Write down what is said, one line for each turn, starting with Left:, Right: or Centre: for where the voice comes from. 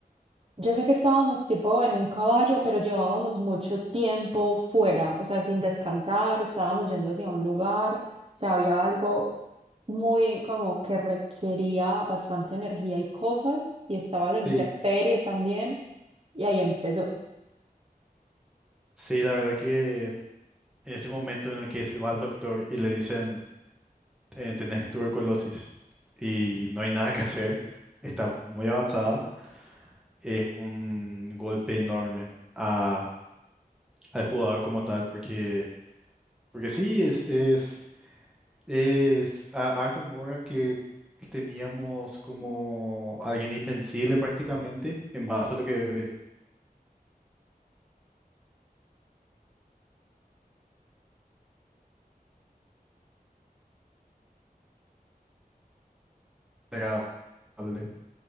Right: Yo sé que estábamos tipo en un caballo, pero llevábamos mucho tiempo fuera, o sea, sin descansar, estábamos yendo hacia un lugar, o sea, había algo muy como que requería bastante energía y cosas, y estaba la intemperie
Centre: Sí.
Right: también, y ahí empezó.
Centre: Sí, la verdad que en ese momento en el que se va al doctor y le dicen, eh, tenés tuberculosis y no hay nada que hacer, está muy avanzada, es un golpe enorme a, al jugador como tal, porque, porque sí, es, es Es a Arthur Morgan que teníamos como alguien invencible prácticamente, en base a lo que era hable.